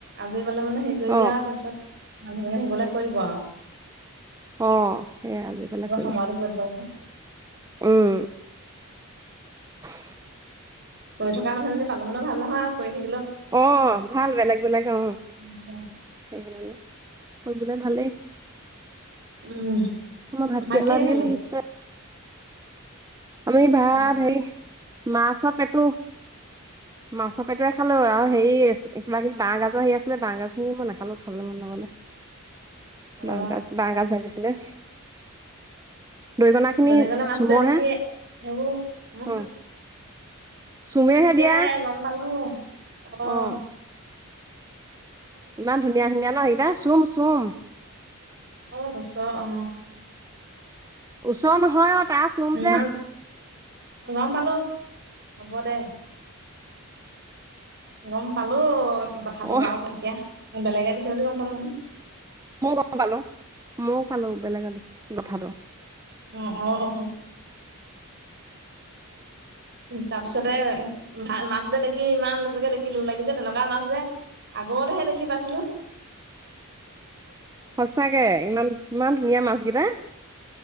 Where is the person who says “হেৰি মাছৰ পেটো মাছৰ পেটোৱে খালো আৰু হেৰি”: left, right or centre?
Right